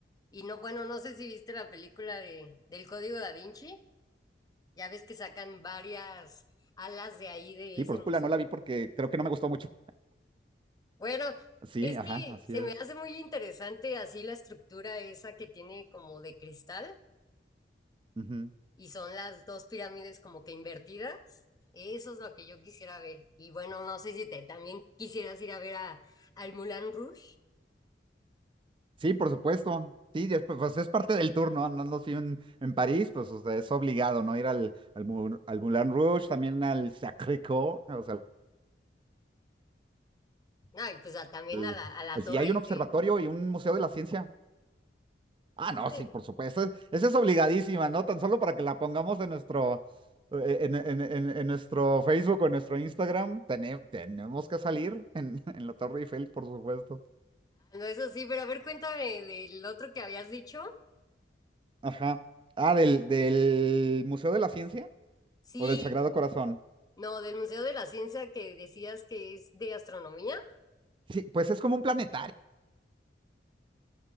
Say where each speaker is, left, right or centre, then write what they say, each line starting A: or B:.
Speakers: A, on the left; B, on the right.
A: Y no, bueno, no sé si viste la película de, del Código Da Vinci. Ya ves que sacan varias alas de ahí de
B: Sí,
A: ese
B: por supuesto,
A: museo.
B: no la vi porque creo que no me gustó mucho.
A: Bueno,
B: Sí,
A: es
B: ajá,
A: que
B: así
A: se
B: es.
A: me hace muy interesante así la estructura esa que tiene como de cristal
B: Ujú.
A: y son las dos pirámides como que invertidas. Eso es lo que yo quisiera ver. Y bueno, no sé si te también quisieras ir a ver a, al Moulin Rouge.
B: Sí, por supuesto. Sí, después, pues pues, es parte del tour, ¿no? Andando así en, en París, pues o sea, es obligado, ¿no? Ir al, al, Mou- al Moulin Rouge, también al Sacré-Cœur, o sea,
A: No, y pues a- también
B: al-
A: a la, a la
B: al-
A: Torre
B: si hay
A: Eiffel.
B: un observatorio y un museo de la ciencia. Ah,
A: Dice,
B: no, sí, por supuesto. Esa es obligadísima, ¿no? Tan solo para que la pongamos en nuestro, eh, en, en- en- en nuestro Facebook o en nuestro Instagram, tene- tenemos que salir en, <laughs> en la Torre Eiffel, por supuesto.
A: ah, no, eso sí, pero a ver, cuéntame del otro que habías dicho.
B: Ajá. Ah, del, del Museo de la Ciencia
A: Sí,
B: o del Sagrado Corazón.
A: no, del Museo de la Ciencia que decías que es de astronomía.
B: Sí, pues es como un planetario,